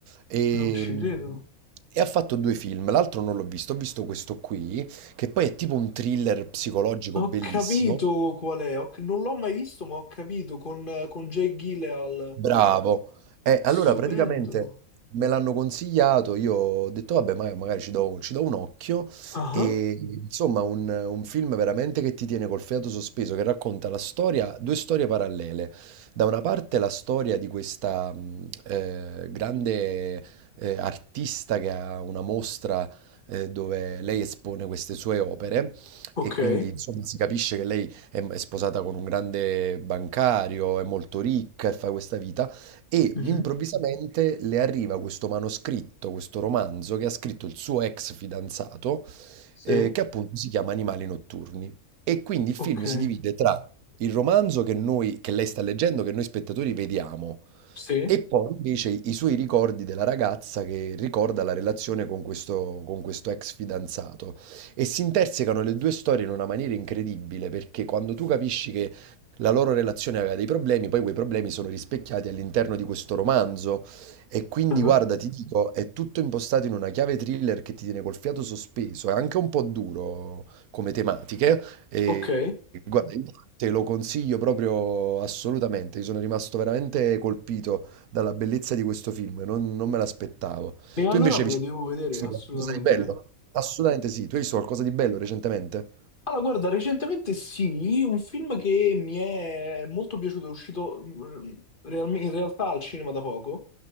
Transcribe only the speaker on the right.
E,
e ha fatto due film. L'altro non l'ho visto, ho visto questo qui, che poi è tipo un thriller psicologico
bellissimo.
Bravo. E allora
praticamente me l'hanno consigliato, io ho detto vabbè, ma- magari ci do, ci do un occhio
e insomma un, un film veramente che ti tiene col fiato sospeso, che racconta la storia, due storie parallele. Da una parte la storia di questa mh, eh, grande eh, artista che ha una mostra eh, dove lei espone queste sue opere
e quindi insomma si capisce che lei è, è sposata con un grande bancario, è molto ricca e fa questa vita, e
improvvisamente le arriva questo manoscritto, questo romanzo che ha scritto il suo ex fidanzato,
eh, che appunto si chiama Animali notturni. E quindi il
film si divide tra il romanzo che noi, che lei sta leggendo, che noi spettatori vediamo,
e poi invece i suoi ricordi della ragazza che ricorda la relazione con questo, con questo ex fidanzato. E si intersecano le due storie in una maniera incredibile, perché quando tu capisci che la loro relazione aveva dei problemi, poi quei problemi sono rispecchiati all'interno di questo romanzo. E quindi,
guarda, ti dico, è tutto impostato in una chiave thriller che ti tiene col fiato sospeso, è anche un po' duro come tematiche. E
guarda, io te lo consiglio proprio assolutamente, io sono rimasto veramente colpito dalla bellezza di questo film, non, non me l'aspettavo.
Tu invece
hai
visto
qualcosa di bello? Assolutamente sì, tu hai visto qualcosa di bello recentemente?